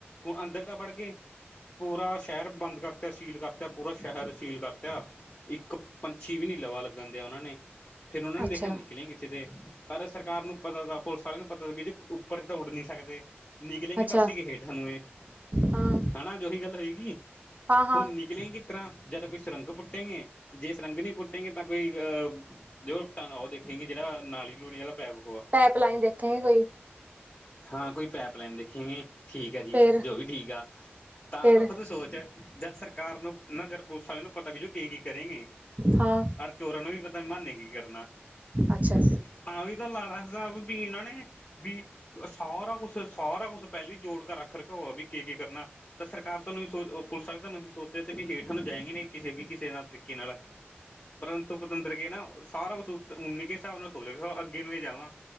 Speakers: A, on the left; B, on the right.
A: ਹੁਣ ਅੰਦਰ ਤਾਂ ਬੜ ਗਏ। ਪੂਰਾ ਸ਼ਹਿਰ ਬੰਦ ਕਰਤਾ ਸੀਲ ਕਰਤਾ ਪੂਰਾ ਸ਼ਹਿਰ ਸੀਲ ਕਰਤਾ ਇੱਕ। ਪੰਛੀ ਵੀ ਨੀ ਲਵਾ ਲੱਗਣ ਦਿਆ ਓਹਨਾਂ ਨੇ ਫੇਰ ਓਹਨਾਂ ਨੇ
B: ਅੱਛਾ
A: ਦੇਖਿਆ ਨਿਕਲੇ ਕਿਥੇ ਤੇ। ਪਰ ਸਰਕਾਰ ਨੂੰ ਪਤਾ ਤਾ ਪੁਲਿਸ ਵਾਲਿਆਂ ਨੂੰ ਪਤਾ ਵੀੇ ਉੱਪਰ ਤਾਂ ਉੱਡ ਨੀ ਸਕਦੇ। ਨਿਕਲਲੇਗੇ
B: ਅੱਛਾ
A: ਧਰਤੀ ਕੇ ਹੇਠ ਨੂੰ ਇਹ।
B: ਹਾਂ
A: ਹਨਾ ਉਹੀ ਗੱਲ ਹੋਏਗੀ
B: ਹਾਂ ਹਾਂ।
A: ਹੁਣ ਨਿਕਲੇਗੀ। ਇਸ ਤਰ੍ਹਾਂ ਜਦ ਕੋਈ ਸੁਰੰਗ ਪੁੱਟੇਗੇ ਜੇ ਸੁਰੰਗ ਨਹੀਂ ਪੁੱਟੇਗੇ ਤਾਂ ਕੋਈ। ਜੋ ਪੁਟਾਂਗਾ ਉਹ ਉਹ ਦੇਖੇਗੀ ਜਿਹੜਾ ਨਾਲੀ ਲੂਣੀ ਵਾਲਾ ਪੈਪ ਹੋਇਆ।
B: ਐਪਲਾਈਨ ਦੇਖੇਗੇ ਕੋਈ।
A: ਹਾਂ ਕੋਈ ਪੈਪ ਲੈਨ ਦੇਖੀ ਨੀ ਠੀਕ ਐ ਜੀ
B: ਫੇਰ
A: ਜੋ ਵੀ ਠੀਕ ਆ। ਤਾਂ
B: ਫੇਰ
A: ਤੂੰ ਖੁਦ ਸੋਚ ਜਦ ਸਰਕਾਰ ਨੂੰ ਨਾ ਜ ਪੁਲਿਸ ਵਾਲੇ ਨੂੰ ਪਤਾ ਵੀ ਜੋ ਕੀ ਕੀ ਕਰੇਂਗੀ।
B: ਹਾਂ
A: ਅਰ ਚੋਰਾਂ ਨੂੰ ਵੀ ਪਤਾ ਮਨੇ ਕੀ ਕਰਨਾ।
B: ਅੱਛਾ
A: ਤਾ ਵੀ ਚਲ ਲਾਲਾ ਸਾਬ ਬੀ ਉਨਾਂ ਨੇ ਬੀ ਸਾਰਾ ਕੁਛ ਸਾਰਾ ਕੁਛ ਪਹਿਲੇ ਈ ਜੋੜ ਕੇ ਰੱਖ ਰੱਖਿਆ ਹੋਵਾ ਬੀ ਕੀ ਕੀ ਕਰਨਾ। ਤਾਂ ਸਰਕਾਰ ਤੁਹਾਨੂੰ ਵੀ ਓ ਸੋਚ ਪੁਲਿਸ ਵਾਲ ਤੁਹਾਨੂੰ ਵੀ ਸੋਚਿਆ ਤੇ ਵੀ ਹੇਠਾ ਨੂੰ ਜਾਏਗੀ ਨ ਕਿਸੇ ਵੀ ਕਿਸੇ ਨਾਲ ਤਰੀਕੇ ਨਾਲ। ਪਰੰਤੂ ਪਤੰਦਰ ਕੇ ਨਾ ਸਾਰਾ ਕੁਛ ਉਨੀ ਕਿਸ ਹਿਸਾਬ ਨਾਲ ਸੋਚ ਕੇ ਅੱਗੇ ਨੂੰ ਜਾਵਾਂ।